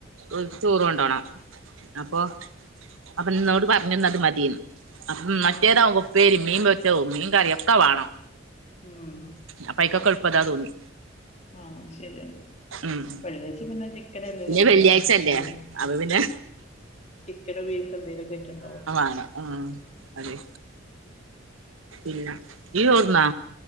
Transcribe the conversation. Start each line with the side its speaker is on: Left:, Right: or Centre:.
Right: ഓൽക്ക് ചോറ് കൊണ്ടോവണം അപ്പോ അപ്പന്നോട് പർഞ്ഞുന്നത് മതീന്ന് അപ്പം മറ്റേതാവുബൊ
Left: ആഹ്
Right: ഉപ്പേരി മീൻ പൊര്ച്ചോ മീൻ കറി ഒക്കെ വാണം
Left: ഉം
Right: അപ്പോ അയിക്കൊക്കെ എളുപ്പതാ തോന്നി
Left: ആഹ് ശെരിയാണ്
Right: ഉം
Left: വെള്ളിയാച്ച പിന്നെ ചിക്കനല്ല
Right: പിന്നെ
Left: വരണ്ടാ
Right: വെള്ളിയാഴ്ച
Left: <unintelligible>
Right: അല്ലേ
Left: മ്
Right: അപ്പൊ പിന്നെ
Left: ചിക്കനും. <unintelligible>
Right: ആണ് ആ അതെ.. ഇല്ല ഈ ചോറ്ന്നാ..